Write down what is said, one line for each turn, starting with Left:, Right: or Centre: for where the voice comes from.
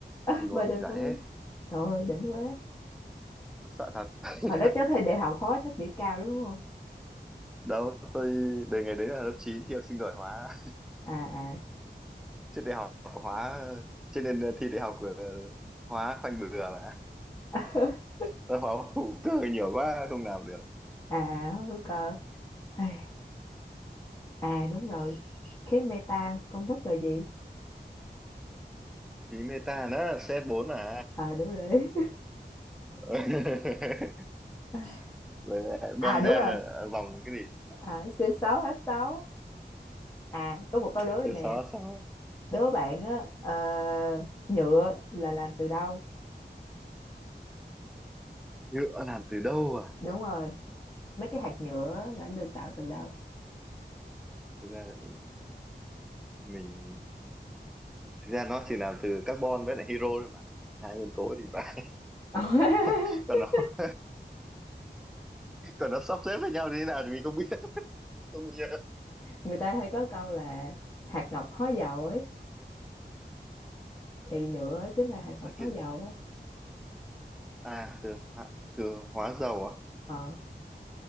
Left: <laughs>
Centre: mình ngồi
Left: ba
Centre: mình
Left: trăm
Centre: giải
Left: sáu mươi
Centre: hết
Left: trời ơi đỉnh quá
Centre: sợ thật <laughs>
Left: hồi đó chắc thi đại học khó chắc điểm cao đúng không
Centre: đâu tôi đề ngày đấy là lớp 9 thi học sinh giỏi hóa <laughs>
Left: à à
Centre: trên đại học hóa cho nên ờ, thi đại học ờ, hóa khoanh bừa mà
Left: <laughs>
Centre: Tôi hóa <laughs> hữu cơ nhiều quá không làm được
Left: à hữu cơ à, à đúng rồi khí metan công thức là gì
Centre: ý meta nó c bốn à
Left: à đúng rồi
Centre: <laughs>
Left: <laughs>
Centre: Rồi lại benzen
Left: à đúng rồi
Centre: là vòng cái gì
Left: à, c sáu h sáu à có một câu đố
Centre: Thế
Left: nè
Centre: xó xó
Left: đố bạn á ờ, nhựa là làm từ đâu
Centre: nhựa làm từ đâu à
Left: đúng rồi mấy cái hạt nhựa là nó được tạo từ đâu
Centre: thực ra mình thực ra nó chỉ làm từ carbon với lại hydro thôi mà hai nguyên tố thì phải
Left: <laughs>
Centre: <laughs> còn nó <laughs> còn nó sắp xếp với nhau như thế nào thì mình không biết không nhớ
Left: người ta hay có câu là hạt ngọc hóa dầu ấy thì nhựa chính là hạt ngọc
Centre: Ok,
Left: hóa dầu á
Centre: à từ hóa, từ hóa dầu á
Left: ờ